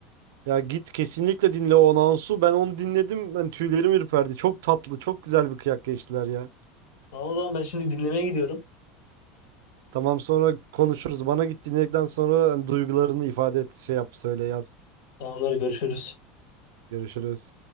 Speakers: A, on the right; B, on the left.
A: Ya git kesinlikle dinle o anonsu. Ben onu dinledim. Ben tüylerim ürperdi. Çok tatlı, çok güzel bir kıyak geçtiler ya.
B: Tamam o zaman ben şimdi dinlemeye gidiyorum.
A: Tamam sonra konuşuruz. Bana git dinledikten sonra hani duygularını ifade et, şey yap, söyle, yaz.
B: Tamamları görüşürüz.
A: Görüşürüz.